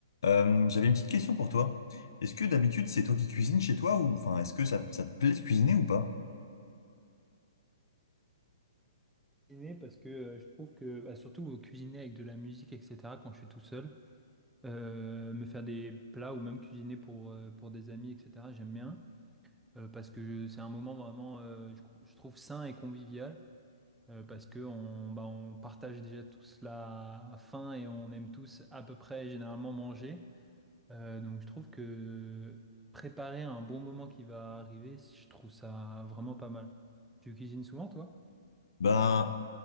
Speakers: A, on the left; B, in the centre.
A: Euh, j'avais une petite question pour toi. Est-ce que d'habitude c'est toi qui cuisines chez toi ou enfin est-ce que ça, ça te plaît de cuisiner ou pas?
B: cuisiner parce que euh, je trouve que bah, surtout cuisiner avec de la musique etc quand je suis tout seul euh, me faire des plats ou même cuisiner pour euh, pour des amis etc j'aime bien euh, parce que c'est un moment vraiment euh, je, je trouve sain et convivial euh, parce que on bah, on partage déjà tous la faim et on aime tous à peu près généralement manger Euh, donc je trouve que préparer un bon moment qui va arriver je trouve ça vraiment pas mal tu cuisines souvent toi
A: Ben